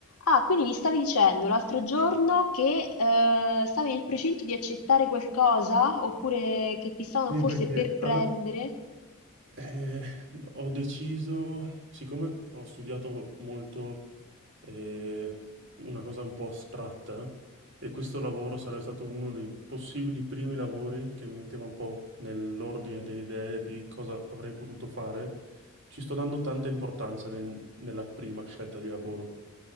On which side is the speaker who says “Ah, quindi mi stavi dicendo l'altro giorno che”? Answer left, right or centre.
Left